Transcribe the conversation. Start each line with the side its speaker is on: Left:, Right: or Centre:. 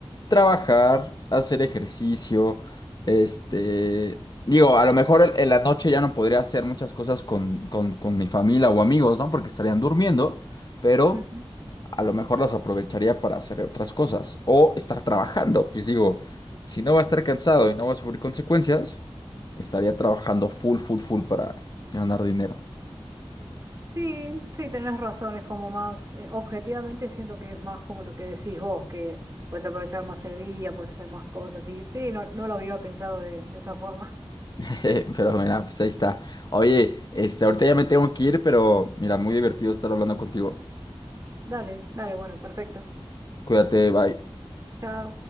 Left: trabajar, hacer ejercicio, este, digo, a lo mejor en en la noche ya no podría hacer muchas cosas con, con, con mi familia o amigos, ¿no? Porque estarían durmiendo, pero
Right: ujú.
Left: a lo mejor las aprovecharía para hacer otras cosas o estar trabajando, pues digo, si no va a estar cansado y no va a sufrir consecuencias, estaría trabajando full, full, full para ganar dinero.
Right: Sí, sí, tenés razón, es como más, eh, objetivamente siento que es más como lo que decís vos, que puedes aprovechar más el día, puedes hacer más cosas y sí, no, no lo hubiera pensado de, de esa forma.
Left: <laughs> Pero mira, pues ahí está. Oye, este, ahorita ya me tengo que ir, pero mira, muy divertido estar hablando contigo.
Right: <laughs> Dale, dale, bueno, perfecto.
Left: Cuídate, bye.
Right: Chao.